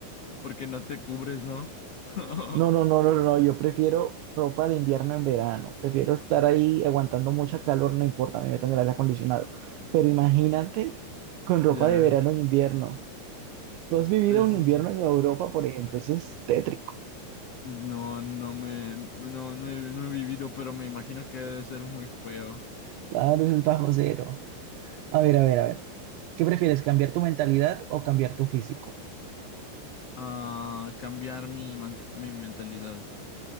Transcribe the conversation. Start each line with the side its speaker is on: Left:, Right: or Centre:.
Left: porque no te cubres, ¿no? <laughs>
Right: No, no, no, no, no, no, yo prefiero ropa de invierno en verano, prefiero estar ahí aguantando mucha calor, no importa, me meto en el aire acondicionado, pero imagínate con ropa
Left: Ya,
Right: de verano en invierno. Tú has vivido
Left: eso
Right: un invierno
Left: es...
Right: en Europa, por ejemplo, eso es tétrico,
Left: No, no me, no, no he, no he vivido, pero me imagino que debe ser muy feo.
Right: claro, eso es bajo cero. A ver, a ver, a ver, ¿qué prefieres, cambiar tu mentalidad o cambiar tu físico?
Left: Ah, cambiar mi, mante- mi mentalidad,